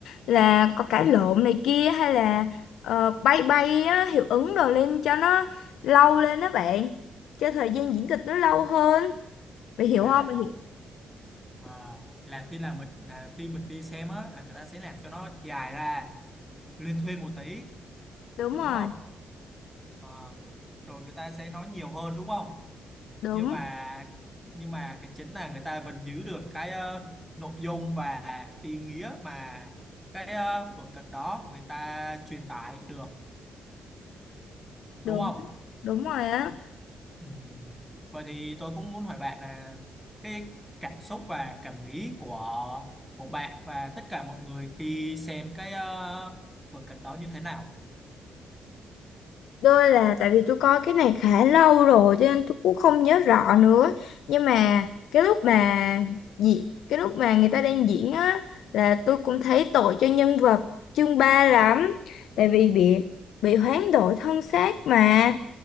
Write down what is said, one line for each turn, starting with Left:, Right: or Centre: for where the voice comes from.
Left: là có cãi lộn này kia hay là ờ, bay bay á, hiệu ứng đồ lên cho nó lâu lên đó bạn cho thời gian diễn kịch nó lâu hơn bạn hiểu
Centre: là
Left: không bạn hiểu
Centre: ờ, là khi là mình là khi mình đi xem á là người ta sẽ làm cho nó dài ra liên thuyên một tí
Left: đúng
Centre: đúng
Left: rồi
Centre: không Ờ, rồi người ta sẽ nói nhiều hơn đúng không
Left: đúng
Centre: nhưng mà nhưng mà cái chính là người ta vẫn giữ được cái ờ, nội dung và ý nghĩa mà cái uh, vở kịch đó người ta truyền tải được
Left: đúng
Centre: đúng không
Left: đúng rồi á
Centre: Ừ. Vậy thì tôi cũng muốn hỏi bạn là cái cảm xúc và cảm nghĩ của của bạn và tất cả mọi người khi xem cái uh, vở kịch đó như thế nào?
Left: Đôi là tại vì tôi coi cái này khá lâu rồi cho nên tôi cũng không nhớ rõ nữa. Nhưng mà cái lúc mà diễn cái lúc mà người ta đang diễn á là tôi cũng thấy tội cho nhân vật chương ba lắm. Tại vì bị bị hoán đổi thân xác mà